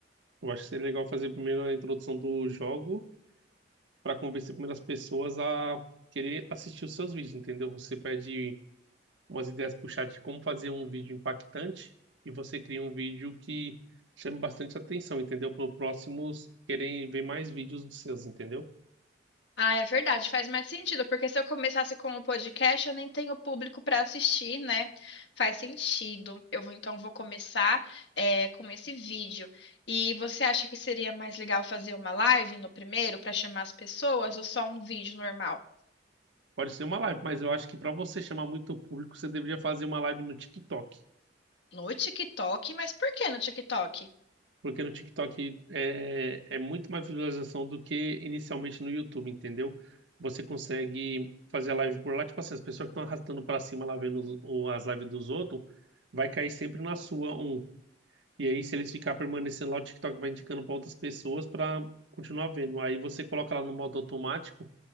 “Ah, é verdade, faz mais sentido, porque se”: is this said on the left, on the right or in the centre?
Left